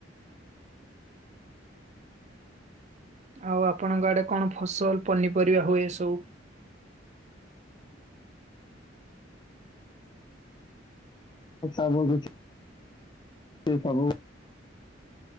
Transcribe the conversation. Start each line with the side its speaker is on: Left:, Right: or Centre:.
Right: ଆଉ ଆପଣଙ୍କ ଆଡେ କଣ ଫସଲ ପନିପରିବା ହୁଏ ସବୁ
Left: ବ କିଛି ସେ ସବୁ